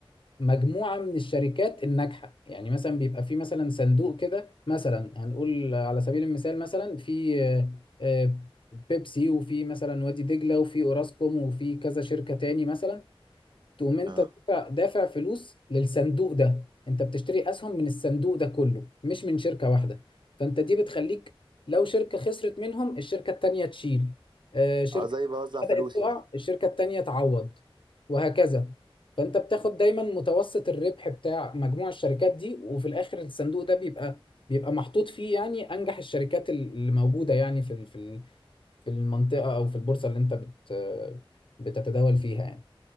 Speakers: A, on the left; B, on the right.
A: مجموعة من الشركات الناجحة يعني مثلا بيبقى في مثلا صندوق كده مثلا هنقول على سبيل المثال مثلا في آه، آه، بيبسي وفي مثلا وادي دجلة وفي اوراسكوم وفي كذا شركة تاني مثلا تقوم انت
B: اه
A: دافع دافع فلوس للصندوق ده انت بتشتري اسهم من الصندوق ده كله مش من شركة واحدة فانت دي بتخليك لو شركة خسرت منهم الشركة التانية تشيل آه، شركة
B: اه زي بوزع
A: بدأت
B: فلوسي
A: تقع
B: يعني
A: الشركة التانية تعوض وهكذا فانت بتاخد دايما متوسط الربح بتاع مجموع الشركات دي وفي الاخر الصندوق ده بيبقى بيبقى محطوط فيه يعني انجح الشركات اللي موجودة يعني في ال- في ال- في المنطقة او في البورصة اللي انت بت بتتداول فيها يعني